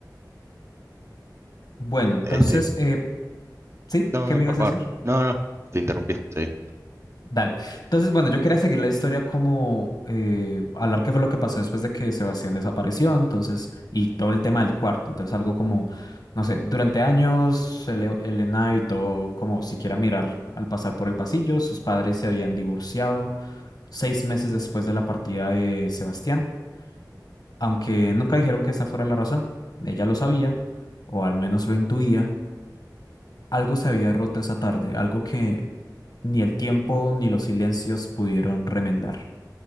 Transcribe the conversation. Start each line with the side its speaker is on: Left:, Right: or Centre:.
Left: Bueno, entonces,
Right: este,
Left: eh, ¿sí?
Right: no,
Left: ¿Qué
Right: no,
Left: me
Right: por
Left: ibas
Right: favor,
Left: a decir?
Right: no, no, te interrumpí, sí,
Left: Dale. Entonces, bueno, yo quería seguir la historia como eh, hablar qué fue lo que pasó después de que Sebastián desapareció, entonces, y todo el tema del cuarto. Entonces, algo como, no sé, durante años Ele- Elena evitó como siquiera mirar al pasar por el pasillo. Sus padres se habían divorciado seis meses después de la partida de Sebastián, aunque nunca dijeron que esa fuera la razón. Ella lo sabía, o al menos lo intuía. Algo se había roto esa tarde, algo que ni el tiempo ni los silencios pudieron remendar.